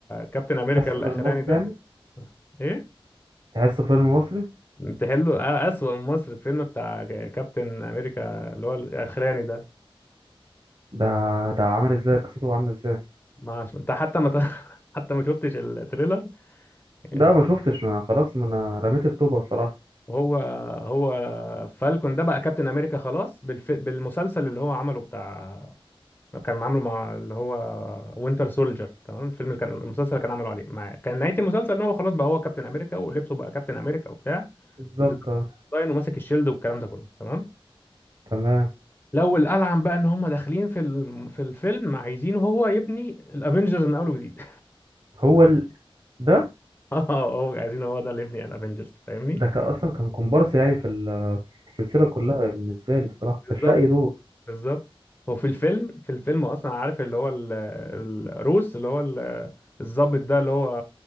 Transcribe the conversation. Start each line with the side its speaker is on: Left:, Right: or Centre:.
Left: كابتن امريكا
Right: تحس
Left: الاخراني
Right: فيلم مصري
Left: ده
Right: يعني
Left: ايه
Right: تحسه فيلم مصري
Left: بتحله آه، اسوأ من مصر الفيلم بتاع كابتن امريكا اللي هو الاخراني ده
Right: ده ده عامل ازاي قصته عامله ازاي
Left: ما عش- انت حتى ما ت- <laughs> حتى ما شفتش التريلر يعني
Right: ده ما شفتش ما خلاص ما انا رميت الطوبه بصراحه
Left: هو هو فالكون ده بقى كابتن امريكا خلاص بالف... بالمسلسل اللي هو عمله بتاع كان عامله مع اللي هو وينتر سولجر تمام الفيلم اللي كان المسلسل اللي كان عامله عليه مع كان نهاية المسلسل ان هو خلاص بقى هو كابتن امريكا ولبسه بقى كابتن امريكا وبتاع
Right: بالظبط
Left: والديزاين
Right: آه.
Left: وماسك الشيلد والكلام ده كله تمام
Right: تمام
Left: لو الالعن بقى ان هم داخلين في الم... في الفيلم عايزين هو يبني الافنجرز من اول وجديد
Right: هو ال... ده
Left: <laughs> اه هو عايزين هو ده اللي يبني الافنجرز فاهمني
Right: ده كان اصلا كان كومبارس يعني في ال- في السلسله كلها بالنسبه لي بصراحه ما
Left: بالظبط
Right: كانش لاقي دور
Left: بالظبط هو في الفيلم في الفيلم اصلا عارف اللي هو ال- الروس اللي هو ال- الضابط ده اللي هو